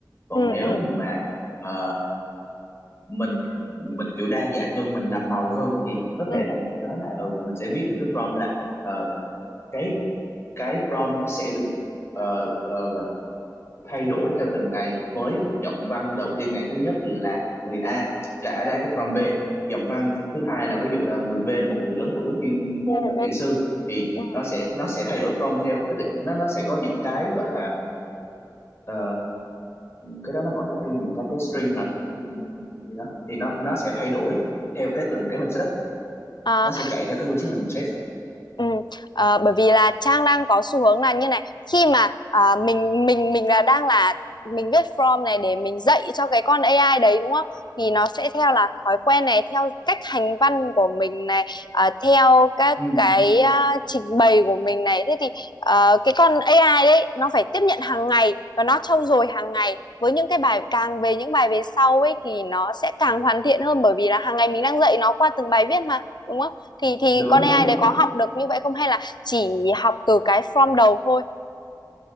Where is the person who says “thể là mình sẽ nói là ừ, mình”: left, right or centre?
Left